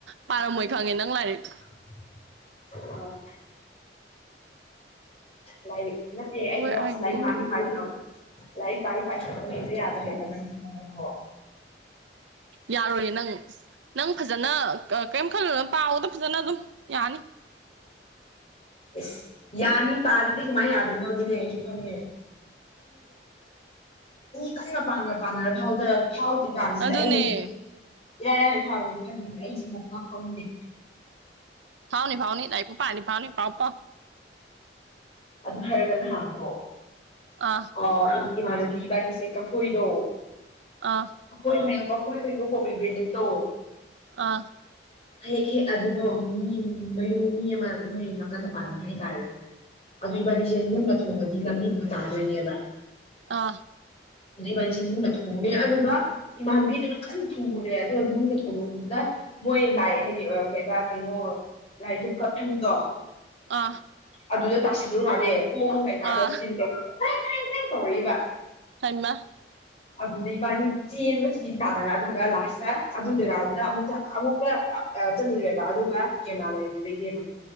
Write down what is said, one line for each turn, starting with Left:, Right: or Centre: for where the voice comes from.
Right: ꯄꯥꯔꯝꯃꯣꯏ ꯈꯪꯉꯦ ꯅꯪ ꯂꯥꯏꯔꯤꯛ
Left: <unintelligible> ꯅꯦꯁ ꯂꯐ
Right: ꯍꯣꯏ ꯍꯥꯏꯒꯦꯀꯣ
Left: ꯂꯥꯏ ꯐꯥꯏ ꯄꯥꯏꯇꯧꯦ ꯌꯥꯦ <inaudible>
Right: ꯌꯥꯔꯣꯏꯌꯦ ꯅꯪ ꯅꯪ ꯐꯖꯅ ꯀꯔꯤꯝ ꯈꯜꯂ ꯄꯥꯎꯕꯗ ꯐꯖꯅ ꯑꯗꯨꯝ ꯌꯥꯅꯤ
Left: ꯑꯦ ꯌꯥꯅꯤ ꯄꯥꯔꯤꯗꯤ ꯀꯃꯥꯏꯅ ꯌꯥꯗꯣꯏꯅꯣ ꯑꯗꯨꯅꯦ ꯑꯩꯁꯨ ꯈꯪꯉꯦ ꯀꯔꯤ ꯃꯄꯥꯟ ꯄꯥꯟꯅꯔ ꯐꯥꯎꯗ ꯐꯥꯎꯗꯦ ꯀꯥꯟꯁꯤꯗ
Right: ꯑꯗꯨꯅꯦ
Left: ꯑꯩꯅꯁꯤꯗꯤ ꯏꯔꯥꯏ ꯂꯥꯏꯅ ꯐꯥꯕꯅ ꯈꯜꯂꯤꯗꯅ ꯑꯩꯁꯤ ꯑꯃꯨꯛ ꯉꯛꯄꯝꯗ
Right: ꯐꯥꯎꯅꯤ ꯐꯥꯎꯅꯤ ꯇꯥꯏ ꯄꯄ ꯄꯥꯅꯤ ꯐꯥꯎꯅꯤ ꯄꯥꯎ ꯄꯥꯎ
Left: ꯑꯗꯨ ꯍꯥꯏꯔꯒ ꯅꯍꯥꯟꯗꯣ
Right: ꯑꯥ
Left: ꯑ ꯏꯗꯤ ꯃꯥꯗꯤꯕꯅꯤꯁꯦ ꯀ ꯐꯣꯏꯗꯣ
Right: ꯑꯥ
Left: ꯑꯩꯈꯣꯏ ꯀꯌꯣ ꯃꯈꯈꯣꯏ ꯀꯩꯩꯅꯣ ꯀꯣꯕꯤꯒ꯭ꯔꯤꯟ ꯅꯠꯇꯣ
Right: ꯑꯥ
Left: ꯍꯦꯛ ꯍꯦꯛ ꯑꯗꯨꯗꯣ ꯃꯤ ꯃꯌꯨꯝ ꯃꯤ ꯑꯃ ꯃꯤꯑꯣ ꯅꯥꯀꯟꯗ ꯄꯥꯜꯔꯝꯕ ꯍꯥꯏꯇꯥꯔꯦ ꯑꯗꯨꯏ ꯏꯕꯥꯅꯤꯁꯦ ꯅꯨꯡꯅ ꯊꯣꯡꯉꯒꯤ ꯂꯝꯕꯤꯗꯨꯣ ꯇꯥꯗꯣꯏꯅꯦꯕ
Right: ꯑꯥ
Left: ꯑꯗꯨ ꯏꯕꯥꯅꯤꯁꯤꯦ ꯅꯨꯡꯅ ꯊꯣꯡꯉꯝꯃꯦ ꯑꯗꯨꯒ ꯏꯃꯥꯟꯕꯤꯗꯨꯅ ꯀꯟꯅ ꯊꯣꯡꯉꯨꯔꯦ ꯑꯗꯨꯒ ꯅꯨꯡꯅ ꯊꯣꯡꯉꯕꯗ ꯃꯣꯏ ꯂꯥꯏ ꯍꯥꯏꯗꯤ ꯀ ꯀꯩꯅꯣ ꯂꯥꯏꯗꯨ ꯀꯞꯍꯟꯗꯣ
Right: ꯑ
Left: ꯑꯗꯨꯗ ꯇꯥꯁꯤꯜꯂꯨꯔꯨ ꯃꯥꯜꯂꯦ ꯀꯣꯟꯣꯟ ꯀꯩꯀꯥꯗꯣꯇꯤꯜꯩ
Right: ꯑꯥ
Left: ꯇꯧꯔꯛꯏꯕ
Right: ꯍꯃ
Left: <inaudible> ꯑꯗꯨꯗ ꯏꯕꯥꯅꯤ ꯆꯦꯟꯕꯁꯤꯗꯤ ꯇꯥꯟꯅꯔ ꯑꯗꯨꯒ ꯂꯥꯁꯇ ꯑꯗꯨꯗꯨꯀꯗꯨꯗ ꯑꯃꯨꯛꯛꯇ ꯑꯃꯨꯛꯀ ꯆꯠꯂꯨꯔꯦꯕ ꯑꯗꯨꯒ ꯀꯦꯝ ꯃꯥꯂꯦꯕ ꯕꯕꯤꯦꯝꯃ